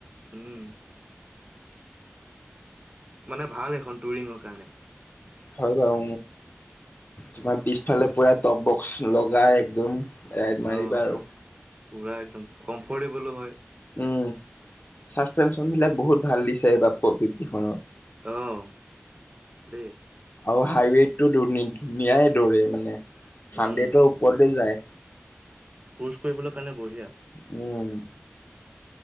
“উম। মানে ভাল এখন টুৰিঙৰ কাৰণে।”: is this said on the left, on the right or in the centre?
Right